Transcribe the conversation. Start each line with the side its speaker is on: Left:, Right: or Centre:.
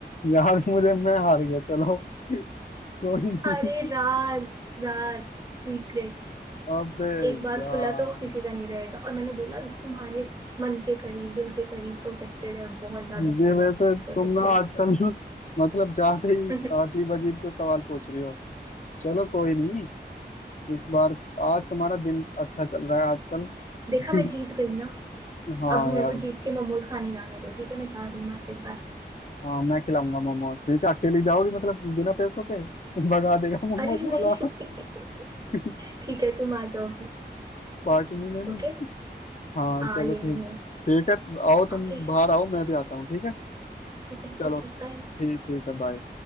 Left: यार मुझे मैं हार गया चलो कोई नहीं
Right: अरे राज राज सीक्रेट
Left: अबे
Right: एक बार
Left: यार
Right: खुला तो किसी का नहीं रहेगा और मैंने बोला तुम्हारे मन के करीब दिल के करीब प्रोटेक्टेड है बहुत ज्यादा
Left: ये वैसे तुम
Right: प्रोटेक्टेड
Left: ना आजकल मतलब जाते ही
Right: <laughs>
Left: अजीब अजीब से सवाल पूछ रही हो चलो कोई नहीं इस बार आज तुम्हारा दिन अच्छा चल रहा है आजकल
Right: देखा
Left: <laughs>
Right: मैं जीत गई ना
Left: हाँ
Right: अब मेरे
Left: यार
Right: को जीत के मोमोज खाने जाने दो ठीक है मैं जा रही मार्केट बाय
Left: हाँ मैं खिलाऊंगा मोमोज ठीक है अकेली जाओगी मतलब बिना पैसों के <laughs> भगा देगा मोमोज
Right: अरे नहीं
Left: वाला
Right: <laughs>
Left: <laughs>
Right: ठीक है तुम आ जाओ फिर
Left: पार्टी नहीं लेनी
Right: ओके
Left: हाँ
Right: हाँ
Left: चलो
Right: लेनी
Left: ठीक
Right: है
Left: ठीक है आओ तुम
Right: ओके
Left: बाहर आओ मैं भी आता हूँ ठीक है
Right: ठीक है
Left: चलो
Right: ओके बाय
Left: ठीक ठीक है बाय